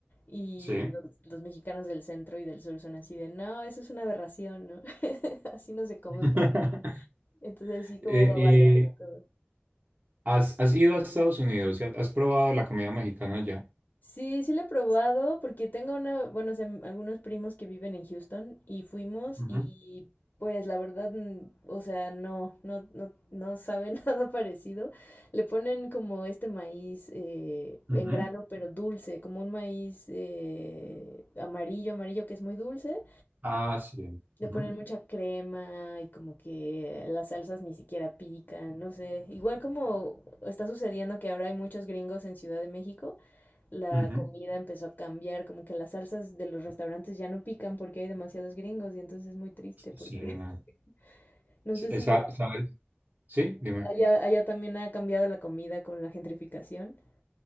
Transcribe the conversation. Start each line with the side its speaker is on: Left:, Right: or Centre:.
Left: Y
Right: Sí.
Left: los, los mexicanos del centro y del sur son así de, no, eso es una aberración, ¿no? <laughs> Así no se come
Right: <laughs>
Left: un taco. Entonces sí
Right: Eh,
Left: como va variando todo.
Right: ¿Has, has ido a Estados Unidos y has, has probado la comida mexicana allá?
Left: Sí, sí lo he probado porque tengo una, bueno, o sea, m- algunos primos que viven en Houston y fuimos
Right: Ujú,
Left: y pues la verdad, mm, o sea, no, no, no, no sabe <laughs> nada parecido. Le ponen como este maíz eh,
Right: ujú,
Left: en grano pero dulce, como un maíz eh, amarillo, amarillo que es muy dulce
Right: Ah, sí.
Left: De
Right: ujú.
Left: poner mucha crema y como que las salsas ni siquiera pican, no sé. Igual como está sucediendo que ahora hay muchos gringos en Ciudad de México, la
Right: Ujú.
Left: comida empezó a cambiar, como que las salsas de los restaurantes ya no pican porque hay demasiados gringos y entonces es muy triste porque
Right: Sí, no.
Left: <laughs> no
Right: S-
Left: sé si
Right: esa- ¿sabes? Sí, dime.
Left: allá, allá también ha cambiado la comida con la gentrificación.